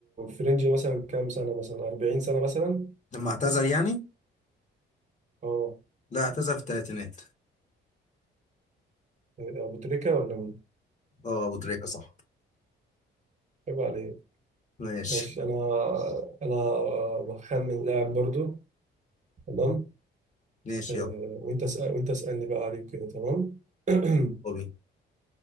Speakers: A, on the right (about 35°); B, on the left (about 35°).
A: فرنجي مثلا كام سنة مثلا 40 سنة مثلا؟
B: لما اعتزل يعني
A: اه
B: لا اعتزل في الثلاثينات
A: آه، أبو تريكة ولا مين؟
B: اه ابو تريكه صح
A: عيب عليك
B: ماشي
A: ماشي أنا أنا بخمن لاعب برضو تمام
B: ماشي
A: آه،
B: يلا
A: وأنت اسأل وأنت اسألني بقى عليه كده تمام؟ <clears throat>
B: طبيعي